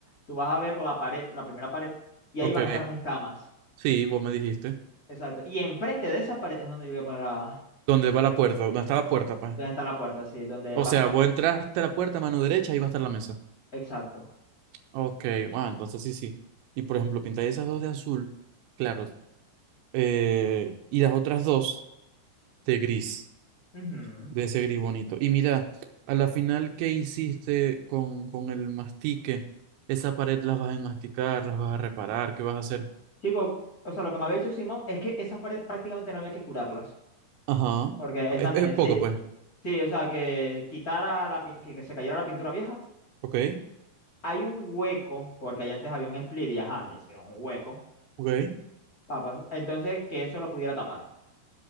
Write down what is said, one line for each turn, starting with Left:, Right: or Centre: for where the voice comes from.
Left: tú vas a ver la pared, la primera pared y ahí
Right: Ok,
Left: van a estar mis camas.
Right: sí, vos me dijiste.
Left: Exacto, y enfrente de esa pared es donde yo voy a poner la
Right: ¿Dónde va la puerta? ¿Dónde está la puerta, pues?
Left: dónde está la puerta, sí, donde
Right: O
Left: va
Right: sea,
Left: a estar.
Right: vos entraste a la puerta, mano derecha, ahí va a estar la mesa.
Left: Exacto.
Right: Ok, wow, entonces sí, sí. Y por ejemplo, pintáis esas dos de azul, claro, eh, y las otras dos de gris.
Left: Ujú.
Right: de ese gris bonito. Y mira, a la final, ¿qué hiciste con, con el mastique? Esa pared las vas a enmasticar, las vas a reparar, ¿qué vas a hacer?
Left: Chico, o sea, lo que me había dicho Simón es que esas paredes prácticamente no había que curarlas.
Right: Ajá.
Left: Porque es
Right: Es,
Left: también,
Right: es poco,
Left: sí,
Right: pues.
Left: sí, o sea, que quitara la, pin- que, que se cayera la pintura vieja.
Right: Ok,
Left: Hay un hueco, porque allá antes había un split y ajá, le hicieron un hueco.
Right: ok.
Left: papas. Entonces, que eso lo pudiera tapar.